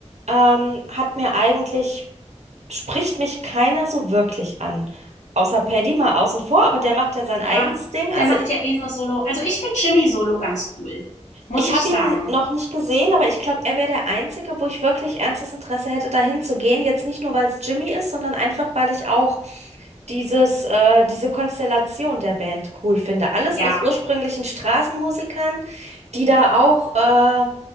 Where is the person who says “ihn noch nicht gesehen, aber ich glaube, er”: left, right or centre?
Right